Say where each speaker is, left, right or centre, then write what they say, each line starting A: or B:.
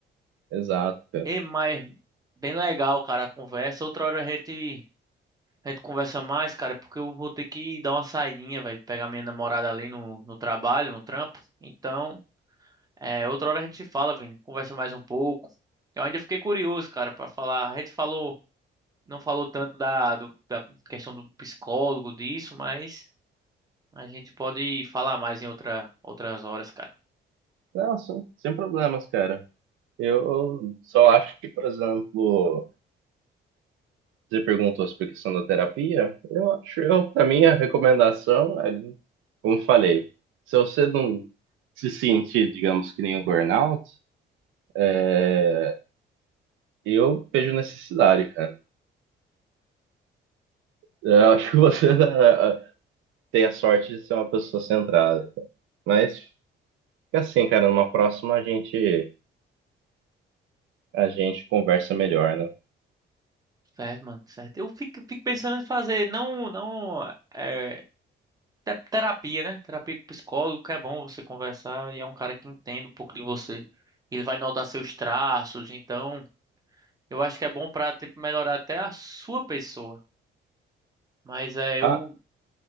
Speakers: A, on the right; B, on the right.
A: Exato, cara.
B: E mas bem legal, cara, a conversa. Outra hora a gente. A gente conversa mais, cara, porque eu vou ter que dar uma saidinha, velho. Pegar minha namorada ali no, no trabalho, no trampo. Então, é, outra hora a gente se fala, Vini. Conversa mais um pouco. Eu ainda fiquei curioso, cara, pra falar. A gente falou, não falou tanto da, do- da questão do psicólogo, disso, mas a gente pode falar mais em outra, outras horas, cara.
A: Não, sem sem problemas, cara. Eu só acho que, por exemplo, você perguntou sobre a questão da terapia, eu acho, eu, pra mim, a recomendação, é, como eu falei, se você não se sentir, digamos, que nem um burnout, É, eu vejo necessidade, cara. Eu <laughs> acho que você <laughs> tem a sorte de ser uma pessoa centrada. cara. Mas fica assim, cara, numa próxima a gente a gente conversa melhor, né?
B: Certo, mano, certo. Eu fico, fico pensando em fazer, não, não é, É terapia, né? Terapia com psicólogo, que é bom você conversar e é um cara que entende um pouco de você. Ele vai notar seus traços, então eu acho que é bom pra, tipo, melhorar até a sua pessoa. Mas é, eu,
A: Ah,